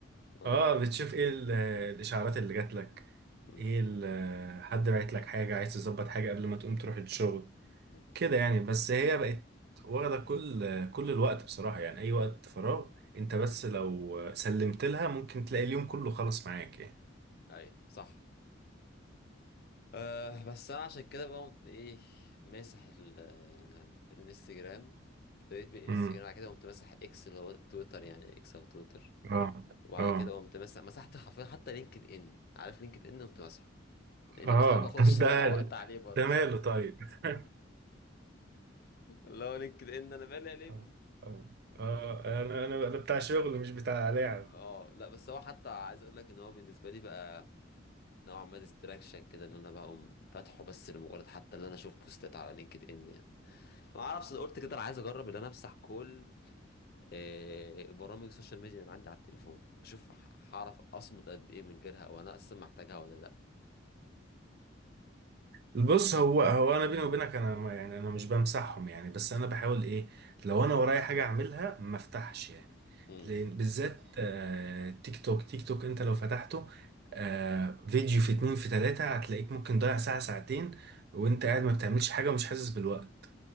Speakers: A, on the left; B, on the right.
A: اه
B: اه بتشوف ايه ال- الاشعارات اللي جات لك
A: أمم.
B: ايه ال- حد بعت لك حاجه عايز تظبط حاجه قبل ما تقوم تروح الشغل
A: أمم.
B: كده يعني بس هي بقت واخده كل كل الوقت بصراحه يعني اي وقت فراغ انت بس لو سلمت لها ممكن تلاقي اليوم كله خلص معاك يعني
A: ايوه صح أه بس انا عشان كده بقى قمت ايه ماسح ال- الانستجرام ابتديت بالانستجرام
B: امم
A: بعد كده قمت ماسح اكس اللي هو تويتر يعني اكس او تويتر
B: اه
A: وبعد
B: اه
A: كده قمت مسح مسحت حرفيا حتى لينكد ان عارف لينكد ان قمت مسحه لان
B: اه
A: بس ساعات بخش
B: <laughs> طب ده
A: اضيع وقت عليه برضه
B: ده ماله
A: <laughs>
B: طيب <laughs>
A: اللي هو لينكد ان انا مالي يا لمبي
B: اه اه انا انا أنا بتاع شغل مش بتاع لعب
A: اه لا بس هو حتى عايز اقول لك ان هو بالنسبه لي بقى نوعا ما ديستراكشن كده ان انا بقوم فاتحه بس لمجرد حتى ان انا اشوف بوستات على لينكد ان يعني ما اعرفش انا قلت كده انا عايز اجرب ان انا امسح كل آه، برامج السوشيال ميديا اللي عندي على التليفون اشوف ح- هعرف اصمد قد ايه من غيرها او انا اصلا محتاجها ولا لا
B: بص هو هو انا بيني وبينك انا ما- يعني انا مش بمسحهم يعني بس انا بحاول ايه لو انا ورايا حاجه اعملها ما افتحش يعني
A: امم
B: لان بالذات آه، تيك توك تيك توك انت لو فتحته آه، فيديو في اتنين في تلاته هتلاقيك ممكن ضايع ساعه ساعتين وانت قاعد ما بتعملش حاجه ومش حاسس بالوقت